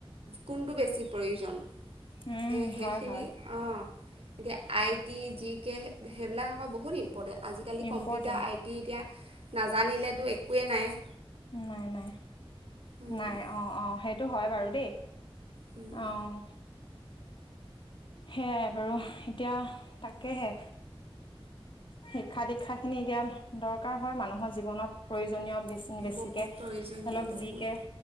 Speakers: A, on the right (about 80°); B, on the left (about 60°).
A: কোনটো বেছি প্ৰয়োজন?
B: উম,
A: হে হে
B: হয়,
A: সেই
B: হয়।
A: অ'। এতিয়া আই টি, জি কে সেইবিলাক আকৌ বহুত ইম্ ইম্পৰ্টেণ্ট। আজিকালি
B: ইম্পৰ্টেণ্ট।
A: কম্পিউটাৰ আই টি এতিয়া নাজানিলেতো একোৱেই নাই।
B: উম, নাই নাই।
A: উম,
B: নাই, অ' অ' সেইটো হয় বা বীৰু দেই
A: উম।
B: অ'। সেয়াই বাৰু এতিয়া তাকেহে। শিক্ষা দীক্ষাখিনি এতিয়া দৰকাৰ হয় মানুহৰ জীৱনত প্ৰয়োজনীয় বেছি বেছিকে
A: বহুত প্ৰয়োজনীয়
B: অলপ
A: বহুত
B: জি কে